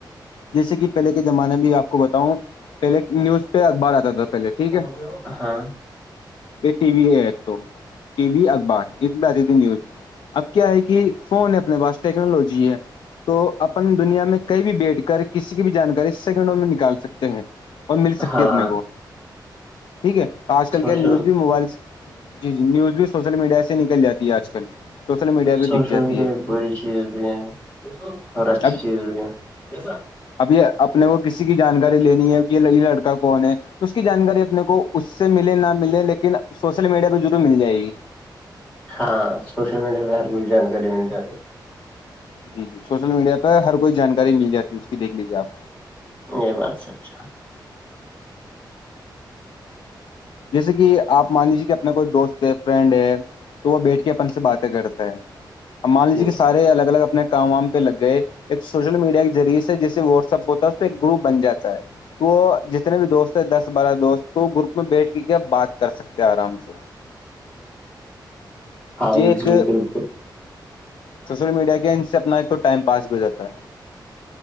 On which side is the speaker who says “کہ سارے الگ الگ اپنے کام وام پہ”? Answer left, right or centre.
Left